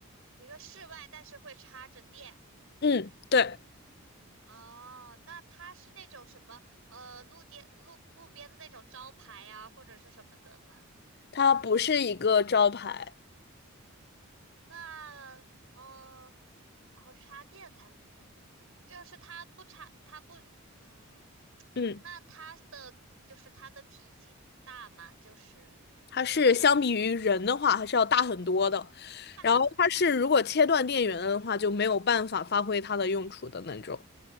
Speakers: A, on the right; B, on the left.
A: 一个室外，但是会插着电。
B: 嗯，对，
A: 哦，那它是那种什么呃路边路路边的那种招牌啊，或者是什么的吗？
B: 它不是一个招牌。
A: 那呃，然后插电才能用，就是它不插，它不，嗯，
B: 嗯。
A: 那它的就是它的体积大吗？就是
B: 它是相比于人的话还是要大很多的。
A: 大很，
B: 然后它是如果切断电源的话，就没有办法发挥它的用处的那种。